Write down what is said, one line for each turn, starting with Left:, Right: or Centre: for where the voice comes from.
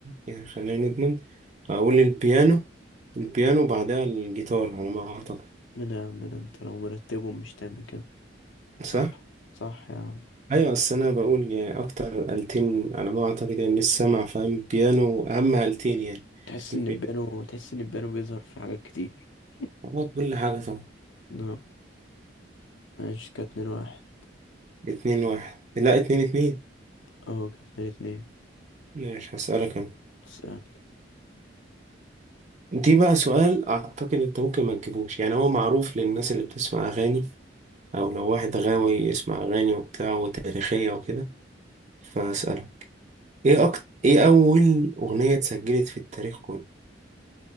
Right: يعني خلينا نضمن أقول البيانو البيانو وبعدها الجيتار على ما أعتقد
Left: من يا عم ده انت لو مرتبهم مش تعمل كده
Right: صح؟
Left: صح صح يا عم
Right: أيوة بس أنا بقول يعني أكتر آلتين على ما أعتقد يعني من السمع فاهم بيانو أهم آلتين يعني
Left: تحس
Right: البيانو
Left: ان البيانو تحس ان البيانو بيظهر في حاجات كتير <laughs>
Right: آه، كل حاجة طبعا
Left: نو ماشي كانت اتنين واحد
Right: اتنين واحد لا اتنين اتنين
Left: اه كانت اتنين اتنين
Right: مش هسألك أنا
Left: تسألني
Right: دي بقى سؤال أعتقد أنت ممكن ما تجيبوش يعني هو معروف للناس اللي بتسمع أغاني او لو واحد غاوي يسمع اغاني وبتاع وتاريخية وكده فاسألها ايه أكتر ايه اول اغنية اتسجلت في التاريخ كله